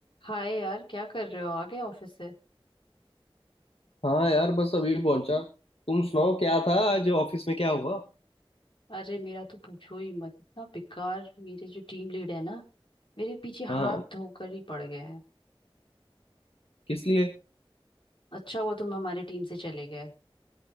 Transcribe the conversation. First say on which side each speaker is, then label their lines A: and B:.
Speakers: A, on the left (about 60°); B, on the left (about 80°).
A: हाय यार क्या कर रहे हो आ गए ऑफिस से
B: हाँ यार बस अभी पहुंचा तुम सुनाओ क्या था आज ऑफिस में क्या हुआ
A: अरे मेरा तो पूछो ही मत इतना बेकार मेरे जो टीम लीड है ना मेरे पीछे
B: हाँ
A: हाथ धोकर ही पड़ गए हैं
B: किस लिए
A: अच्छा हुआ तुम हमारे टीम से चले गए